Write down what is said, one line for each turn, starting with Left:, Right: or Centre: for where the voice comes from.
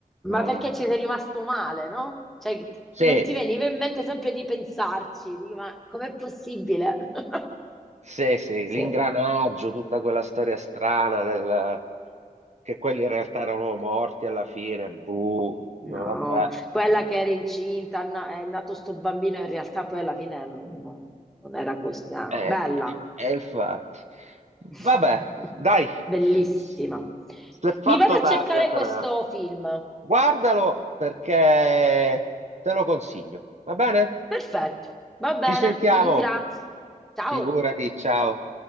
Right: Non-
Centre: Ma perché ci sei rimasto male, no? Cioè, t-
Right: Sì,
Centre: non ti veniva in mente sempre di pensarci, dico, ma com'è possibile? <laughs>
Right: sì, sì,
Centre: Sì,
Right: l'ingranaggio, tutta quella storia strana del... che quelli in realtà erano morti alla fine, buh, dico,
Centre: no,
Right: vabbè,
Centre: quella che era incinta, no, è nato sto bambino, in realtà poi alla fine non, non- non era così, ah,
Right: eh,
Centre: bella,
Right: eh, infatti. Vabbè,
Centre: <laughs>
Right: dai,
Centre: bellissima.
Right: si è fatto
Centre: Mi vado a
Right: tardi,
Centre: cercare
Right: Antonella.
Centre: questo film.
Right: Guardalo perché te lo consiglio, va bene?
Centre: Perfetto, va bene,
Right: Ci sentiamo.
Centre: ti ringrazio. Ciao.
Right: Figurati, ciao.